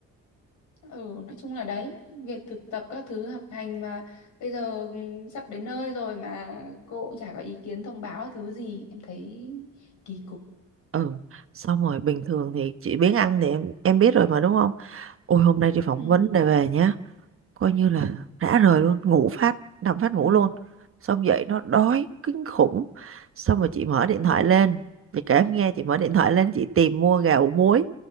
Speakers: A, on the left (about 75°); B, on the right (about 45°).
A: ừ nói chung là đấy việc thực tập các thứ học hành mà bây giờ ừ, sắp đến nơi rồi mà cô cũng chả có ý kiến thông báo thứ gì em thấy kỳ cục
B: ừ xong rồi bình thường thì chị biếng ăn thì em em biết rồi mà đúng không ôi hôm nay đi phỏng
A: ừ
B: vấn để về nhé coi như là rã rời luôn ngủ phát nằm phát ngủ
A: ừ
B: luôn xong dậy nó đói kinh khủng xong rồi chị mở điện
A: ừ
B: thoại lên chị kể em nghe chị mở điện thoại lên chị tìm mua gà ủ muối